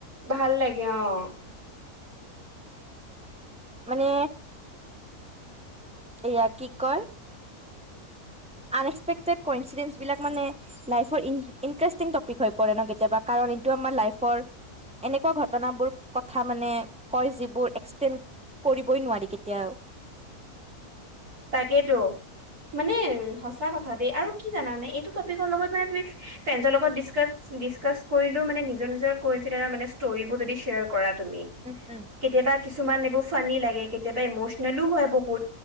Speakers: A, on the right; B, in the centre.
A: ভাল লাগে অ',
B: মানে এয়া কি কয় আন এক্সপেকটেড কৈ ইঞ্চিডেন্টবাক মানে লাইৰ ইটাৰেষ্টিং টপিক হৈ পৰে ন কেতিয়াবা কাৰণ, এইটো আমাৰ লাইফৰ এনেকুৱা ঘটনাবোৰ কথা মানে, কয় যিবোৰ এক্সপ্লেন কৰিবই নোৱাৰি কেতিয়াও
A: তাকেতো মানে, সচা কথা দেই আৰু কি জানানে এইটো টপিকৰ লগত মানে ফ্ৰেণ্ডৰ লগত ডিচকাচ ডিচকাছ কৰিলও মানে, নিজৰ নিজৰ কঞ্চি মে ষ্টৰিবোৰ যদি শ্বেয় কৰা তুমি
B: উম উম
A: কেতিয়াবা কিছুমান এইবোৰ ফানি লাগে, কেতিয়াবা ইমচনেলো হয় বহুত